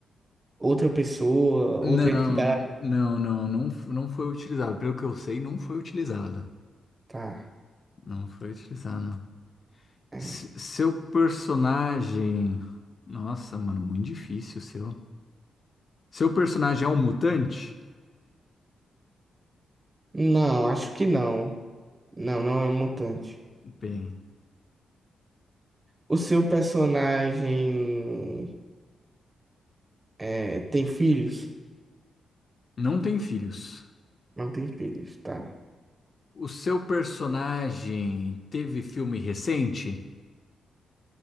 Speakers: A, on the right; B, on the left.
A: outra pessoa,
B: Não,
A: outra entidade,
B: não, não, não, f- não foi utilizado. Pelo que eu sei, não foi utilizado.
A: tá.
B: Não foi utilizado.
A: É.
B: Se- seu personagem. Nossa, mano, muito difícil o seu. Seu personagem é um mutante?
A: Não, acho que não. Não, não é um mutante.
B: Bem.
A: O seu personagem é, tem filhos?
B: Não tem filhos.
A: Não tem filhos, tá.
B: O seu personagem teve filme recente